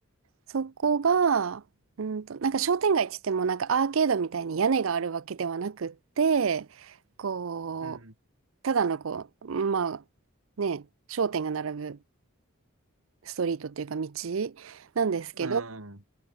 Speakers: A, on the right; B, on the right.
A: そこが、うんと、なんか商店街って言っても、なんかアーケードみたいに屋根があるわけではなくって、こう、
B: うん
A: ただのこう、まあ、ね、商店が並ぶ。ストリートっていうか道なんですけど、
B: うん。